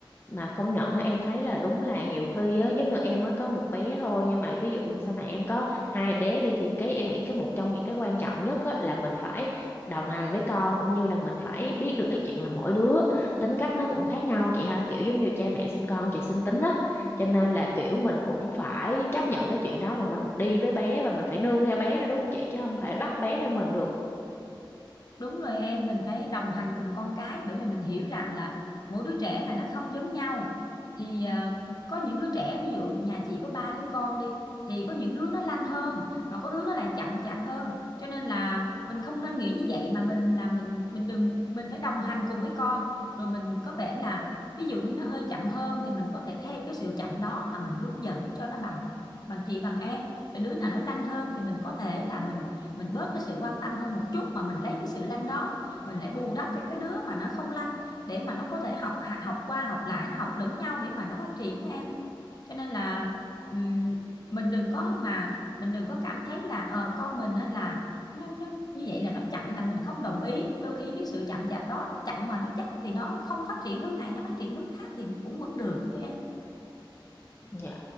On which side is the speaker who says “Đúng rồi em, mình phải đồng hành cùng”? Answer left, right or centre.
Left